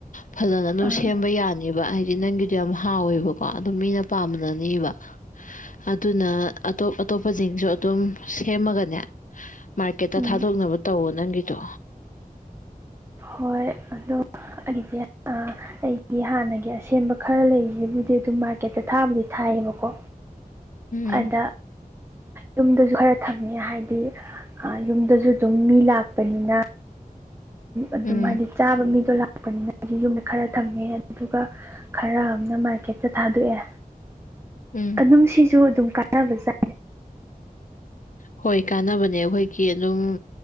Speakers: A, on the left; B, on the right.
A: ꯐꯖꯅ ꯑꯗꯨꯝ
B: ꯑꯥ
A: ꯁꯦꯝꯕ ꯌꯥꯅꯦꯕ ꯍꯥꯏꯗꯤ ꯅꯪꯒꯤ ꯌꯥꯝ ꯍꯥꯎꯋꯦꯕꯀꯣ ꯑꯗꯨ ꯃꯤꯅ ꯄꯥꯃꯤꯅꯅꯦꯕ ꯑꯗꯨꯅ ꯑꯇꯣꯞ ꯑꯇꯣꯞꯄꯁꯤꯡꯁꯨ ꯑꯗꯨꯝ ꯁꯦꯝꯃꯒꯅꯦ ꯃꯥꯔꯀꯦꯠꯇ
B: ꯎꯝ
A: ꯊꯥꯗꯣꯛꯅꯕ ꯇꯧꯋꯣ ꯅꯪꯒꯤꯗꯣ
B: ꯍꯣꯏ ꯑꯗꯨ ꯑꯩꯒꯤꯁꯦ ꯒꯤ ꯍꯥꯟꯅꯒꯤ ꯑꯁꯦꯡꯕ ꯈꯔ ꯂꯩꯔꯤꯁꯤꯕꯨꯗꯤ ꯑꯗꯨꯝ ꯃꯥꯔꯀꯦꯠꯇ ꯊꯥꯕꯨꯗꯤ ꯊꯥꯏꯌꯦꯕꯀꯣ
A: ꯎꯝ
B: ꯑꯗ ꯌꯨꯝꯗꯁꯨ ꯈꯔ ꯊꯝꯃꯦ ꯍꯥꯏꯗꯤ ꯌꯨꯝꯗꯁꯨ ꯑꯗꯨꯝ ꯃꯤ ꯂꯥꯛꯄꯅꯤꯅ ꯑꯗꯨꯝ
A: ꯎꯝ
B: ꯍꯥꯏꯗꯤ ꯆꯥꯕ ꯃꯤꯗꯣ ꯂꯥꯛꯄꯅꯤꯅ ꯑꯩꯁꯨ ꯌꯨꯝꯗ ꯈꯔ ꯊꯝꯃꯦ ꯑꯗꯨꯗꯨꯒ ꯈꯔ ꯑꯝꯅ ꯃꯥꯔꯀꯦꯠꯇ ꯊꯥꯗꯣꯛꯑꯦ
A: ꯎꯝ
B: ꯑꯗꯨꯝ ꯁꯤꯁꯨ ꯑꯗꯨꯝ ꯀꯥꯟꯅꯕ ꯖꯠ
A: ꯍꯣꯏ ꯀꯥꯟꯅꯕꯅꯦ ꯑꯩꯈꯣꯏꯒꯤ ꯑꯗꯨꯝ